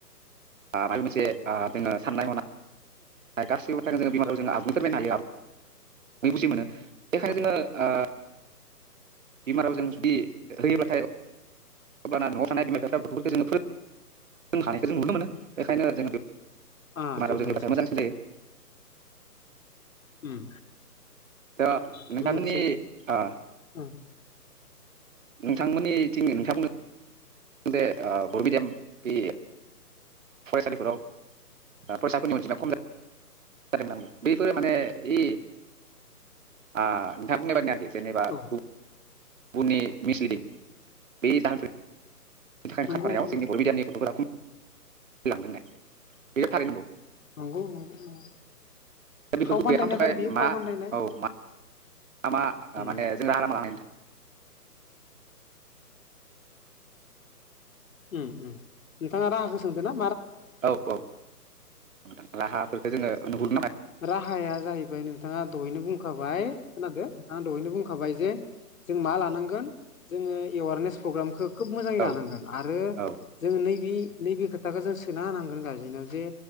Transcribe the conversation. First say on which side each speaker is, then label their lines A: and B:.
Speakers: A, on the right (about 55°); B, on the left (about 55°).
A: माबा मोनसे ओ जोङो साननाय-हनाय गासिबोथ' जों <unintelligible> जों आबुं फोरमायनो हायो आरो <unintelligible> बुजि मोनो। बेखायनो
B: औ
A: जोङो ओ बिमारावजों जुदि होयोबाथाय होनबा ना न'आव थानाय बिमाफ्रा बिफाफोरा गथ'फोरखौ जों फोरोंखानायखौ जों नुनो मोनो <unintelligible> खायनो आरो जोङो बिमा
B: आ बेबो
A: रावजों
B: मोनसे
A: होबाथाय मोजांसिन जायो।
B: उम।
A: दा नोंथांनि
B: बेबो मोनसे
A: ओ
B: उम
A: नोंथांमोननिथिं नोंथांमोन बे ओ बर' मिडियाम बि फरायसालिफोराव ओ फरायसाफोरनि अनजिमाया खम जादोंमोन होन्ना बुंदों। बेफोरो माने ओइ आ नोंथाङा बुंनाय बादिनो आरोखि। जेनेबा <unintelligible>
B: औ
A: उननि मिसलिदिं बे जाहोनफोर बेनि थाखायनो
B: नंगौ
A: खारफानायाव
B: नंगौ
A: जोंनि बर' मिडियामनि गथ'फोरा खम लांदों ने बेयो थारै नंगौ।
B: नंगौ नंगौ नंगौ
A: दा बेफोरखौ
B: फाव फान्दायनायथार
A: गैया खालामनो थाखाय
B: बियो फाव
A: मा
B: फान्दायनाय
A: औ मा मा मा
B: उम
A: माने जों राहा लामा लानो हायो नोंथां?
B: उम उम नोंथाङा राहाखौ सोंदोंना?
A: औ औ नोंथां राहाफोर। <unintelligible>
B: राहाया जाहैबाय नोंथाङा दहैनो बुंखाबाय खोनादो नोंथाङा दहैनो बुंखा खाबाय जे जों मा लानांगोन जोङो एवारनेस प्रग्रामखौ खोब मोजाङै
A: औ
B: लानांगोन आरो
A: औ
B: जोङो नैबे नैबे खोथाखौ जों सोना होनांगोन गारजेननाव जे